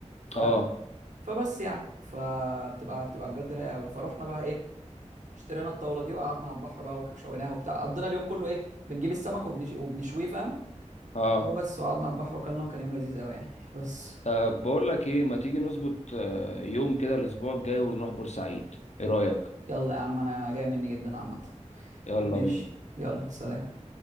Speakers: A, on the right (about 80°); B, on the left (about 65°).
A: فاهم
B: اه
A: فبس يعني فبتبقى بتبقى بجد رايقه قوي فروحنا بقى ايه اشترينا الطاوله دي وقعدنا على البحر بقى وك- وشويناها وبتاع قضينا اليوم كله ايه بنجيب السمك وبنش... وبنشويه فاهم
B: اه
A: وبس وقعدنا على البحر وكلنا وكان يوم لذيذ قوي يعني بس
B: طب بقول لك ايه ما تيجي نظبط آه، يوم كده الاسبوع الجاي ونروح بورسعيد ايه رايك
A: يلا يا عم انا جاي مني جدا عامه
B: يلا
A: ماشي
B: بينا
A: يلا سلام